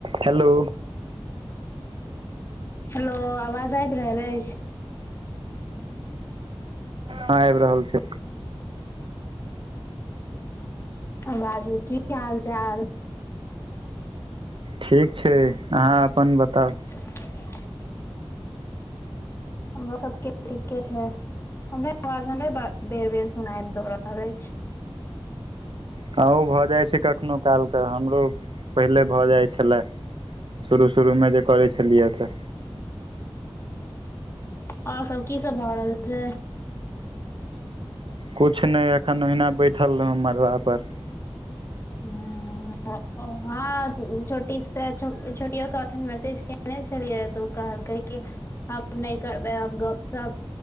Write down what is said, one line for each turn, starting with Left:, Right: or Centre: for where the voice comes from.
Right: हेलो
Left: हेलो आवाज आबि रहल अछि
Right: हँ आबि रहल छै
Left: बाजू की हाल चाल
Right: ठीक छै आंहाँ अपन बताउ
Left: <inaudible> हमरो सबके ठीके छै हमरे आवाज हमरे बेर बेर सुनाब द रहल अछि
Right: हँ ओ भऽ जाइ छै कखनो काल क हमरो पहिले भऽ जाइ छेला शुरू शुरूमे जे करै छलियै तऽ
Left: आओर सब की सब भऽ रहल छै
Right: कुछ नै एखन ओहिना बैठल रहौ मड़बा पर
Left: ह ह ओ हा छोटी से छोटियो कहकै मैसेज के- -ने छललियै तो उ कहलकै कि हम नै करबै अब गप सप